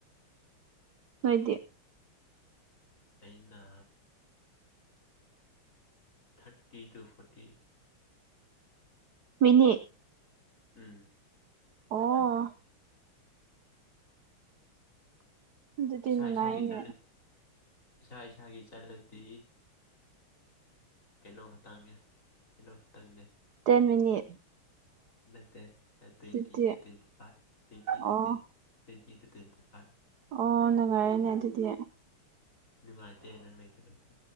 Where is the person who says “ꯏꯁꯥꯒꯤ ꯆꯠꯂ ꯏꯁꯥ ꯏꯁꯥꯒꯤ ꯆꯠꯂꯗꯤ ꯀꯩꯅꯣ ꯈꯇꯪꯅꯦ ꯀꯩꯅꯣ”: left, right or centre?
Left